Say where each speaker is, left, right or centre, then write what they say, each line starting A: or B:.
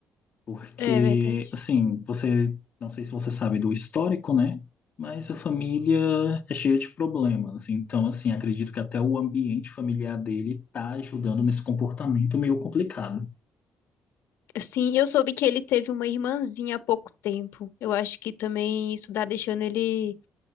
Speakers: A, on the left; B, on the left.
A: porque
B: é verdade.
A: assim, você, não sei se você sabe do histórico, né? Mas a família é cheia de problemas. Então, assim, acredito que até o ambiente familiar dele tá ajudando nesse comportamento meio complicado.
B: Sim, eu soube que ele teve uma irmãzinha há pouco tempo. Eu acho que também isso tá deixando ele,